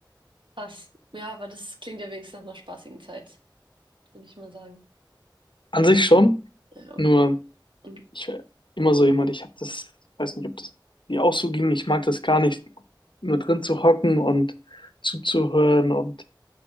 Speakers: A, on the right; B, on the left.
A: krass. Ja, aber das klingt ja wenigstens nach einer spaßigen Zeit, würde ich mal sagen.
B: An sich schon,
A: Ja,
B: nur
A: und,
B: ich war immer so jemand, ich habe das, weiß nicht, ob das dir auch so ging, ich mag das gar nicht, nur drin zu hocken und zuzuhören und